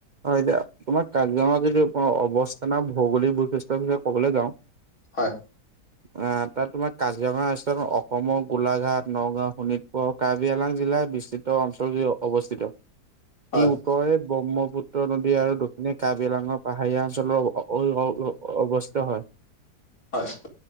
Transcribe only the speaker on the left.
হয়
হয়
হয়